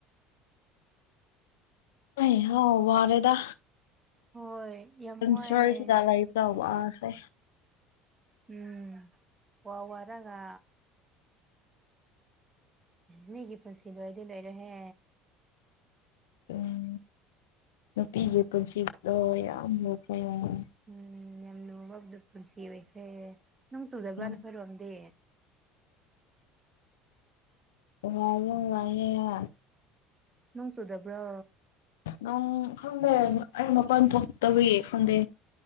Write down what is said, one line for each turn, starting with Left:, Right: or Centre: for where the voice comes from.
Left: ꯎꯏ ꯍꯥꯎ ꯋꯥꯔꯦꯗ
Right: ꯍꯣꯏ ꯌꯥꯝ
Left: ꯁꯪꯁꯥꯔꯁꯤꯗ
Right: ꯋꯥꯏꯌꯦ
Left: ꯂꯩꯕꯗ ꯋꯥꯈ꯭ꯔꯦ
Right: ꯎꯝ ꯋꯥ ꯋꯥꯔꯒ ꯃꯤꯒꯤ ꯄꯨꯟꯁꯤ ꯂꯣꯏꯗꯤ ꯂꯣꯏꯔꯣꯏꯍꯦ
Left: ꯎꯝ ꯅꯨꯄꯤꯒꯤ ꯄꯨꯟꯁꯤꯗꯣ ꯌꯥꯝ ꯂꯨꯈꯔꯦ <unintelligible>
Right: ꯎꯝ ꯌꯥꯝ ꯂꯨꯕ ꯄꯨꯟꯁꯤ ꯑꯣꯏꯈ꯭ꯔꯦ ꯅꯣꯡ ꯆꯨꯗꯕꯔ
Left: ꯌꯥꯝ
Right: ꯅꯈꯣꯏꯔꯣꯝꯗꯤ
Left: <unintelligible> ꯅꯨꯉꯥꯏꯍꯦ
Right: ꯅꯣꯡ ꯆꯨꯗꯕ꯭ꯔꯣ
Left: ꯅꯣꯡ ꯈꯪꯗꯦ ꯑꯩ ꯃꯄꯥꯜ ꯊꯣꯛꯇꯕꯒꯤ ꯈꯪꯗꯦ